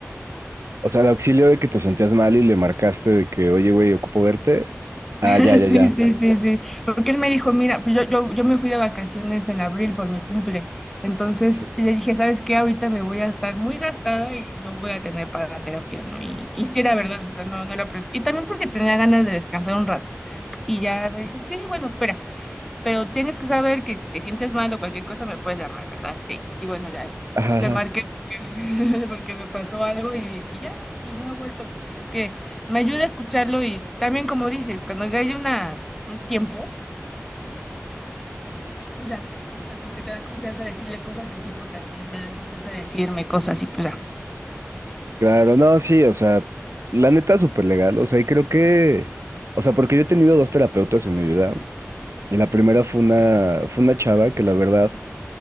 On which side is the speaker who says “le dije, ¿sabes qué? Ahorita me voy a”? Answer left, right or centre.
Centre